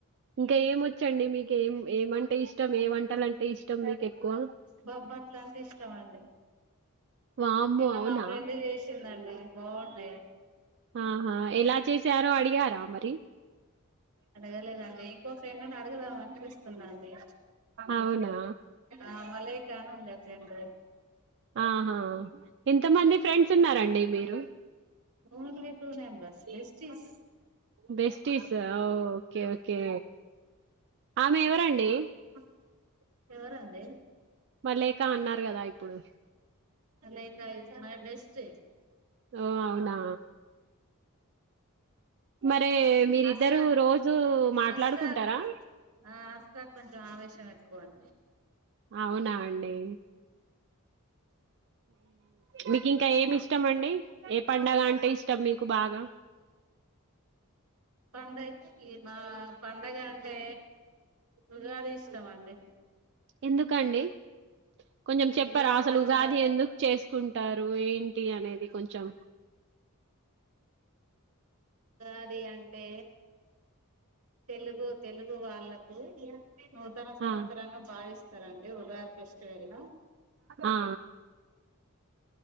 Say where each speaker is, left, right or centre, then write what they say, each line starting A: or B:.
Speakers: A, on the right (about 55°); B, on the right (about 80°).
A: ఇంకా ఏం వొచ్చండి మీకేం ఏమంటే ఇష్టం ఇష్టం ఏ వంటలంటే ఇష్టం మీకు ఎక్కువ
B: బబ్బట్లంటే ఇష్టమండి
A: వామ్మో
B: నిన్న
A: అవునా
B: మా ఫ్రెండ్ చేసిందండి బాన్నాయి
A: ఆహా ఎలా ఎలా చేసరో అడిగారా మరి
B: అడగలేద అండి ఇంకో ఫ్రెండ్ నీ అడగద దండి
A: అవునా
B: ఆ మేల్ <unintelligible>
A: ఆహా ఇంతమంది ఫ్రెండ్స్ ఉన్నారండి మీరు
B: only two members <unintelligible>
A: besties okay okay ఆమె ఎవరండి
B: అ ఎవరండి
A: మళ్ళ ఇక అన్నారు కదా ఇప్పుడు
B: లెకా ఇస్ మై బెస్ట్
A: ఓ అవునా అరే మీరిద్దరు
B: అస్ర
A: రోజు మాట్లాడుకుంటారా
B: అస్రాక్ ఆ అస్తా కొంచెం ఆవేశం ఎక్కువ అం
A: అవునా అండి మీకు ఇంకా ఏమి ఇష్టం అండి ఏ పండగ అంటే ఇష్టం టమ్మీ కు బాగా
B: పండగకి మా పండగ అంటే ఉగాది ఇష్టం అండి
A: ఎందుకండి కొంచెం చెప్పారు
B: ఉగాది
A: అసలుగాది
B: పచ్చడ
A: ఎందుకు చేసుకుంటారు ఏంటి అనేది కొంచెం
B: ఉగాది అంటే తెలుగు తెలుగు వాళ్ళకు నూతన సంవత్సరంగా
A: ఆ
B: భావిస్త ఇస్తారండి ఉగాది ఫెస్టివెల్ ను
A: ఆ